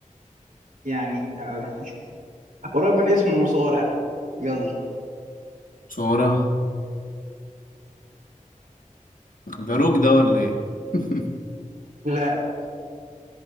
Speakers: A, on the right; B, on the left.
A: يعني آه قريب من اسم مصارع يلا
B: صورة ده روك ده ولا ايه <laughs>
A: لا